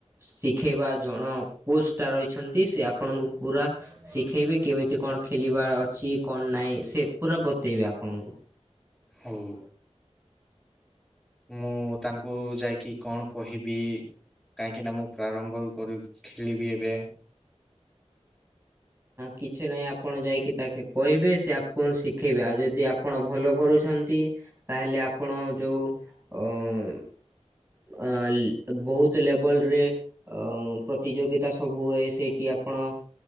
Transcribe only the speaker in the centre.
ହଉଁ। ମୁଁ ତାଙ୍କୁ ଯାଇକି କଣ କହିବି-ଇ-ଇ କାହିଁକି ନା ମୁଁ ପ୍ରାରମ୍ଭରୁ କରୁ ଖେଳିବି ଏବେ।